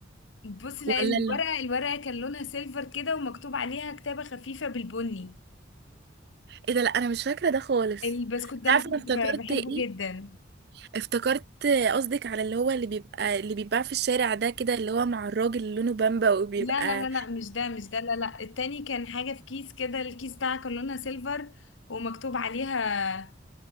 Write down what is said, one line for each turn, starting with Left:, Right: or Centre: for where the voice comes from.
Left: بصي لا
Right: ولا
Left: الورقة
Right: لا
Left: الورقة كان لونها سيلفر كده ومكتوب عليها كتابة خفيفة بالبني
Right: ايه ده لا انا مش فاكرة ده خالص
Left: البسكوت
Right: انت
Left: ده
Right: عارفة
Left: انا كنت
Right: أنا افتكرت
Left: بحبه
Right: ايه
Left: جدا
Right: افتكرت قصدك على اللي هو اللي بيبقى اللي بيتباع في الشارع ده كده اللي هو مع الراجل اللي لونه بامبا وبيبقى
Left: لا لا لا لا مش ده مش ده لا لا التاني كان حاجة في كيس كده الكيس بتاعها كان لونها سيلفر ومكتوب عليها